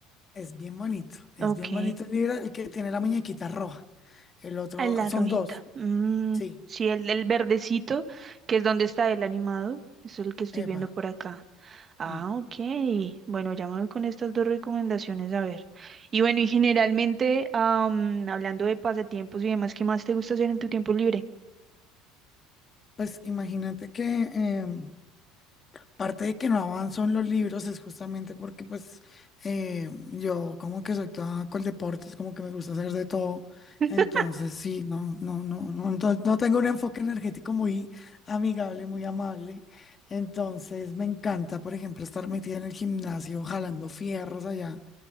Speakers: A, on the left; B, on the right.
A: Es bien bonito, es
B: Ok.
A: bien bonito el libro, el que tiene la muñequita roja. El otro,
B: Ah, La
A: son
B: rojita.
A: dos,
B: Mm,
A: sí,
B: sí, el, el verdecito, que es donde está el animado. Es el que estoy
A: epa.
B: viendo por acá. Ah,
A: Mm.
B: ok. Bueno, ya me voy con estas dos recomendaciones a ver. Y bueno, y generalmente, am, hablando de pasatiempos y demás, ¿qué más te gusta hacer en tu tiempo libre?
A: Pues imagínate que... em, Parte de que no avanzo en los libros es justamente porque pues eh, yo como que soy toda con deportes, como que me gusta hacer de todo.
B: <laughs>
A: Entonces sí, no, no, no, no, no, no tengo un enfoque energético muy amigable, muy amable. Entonces me encanta, por ejemplo, estar metida en el gimnasio, jalando fierros allá,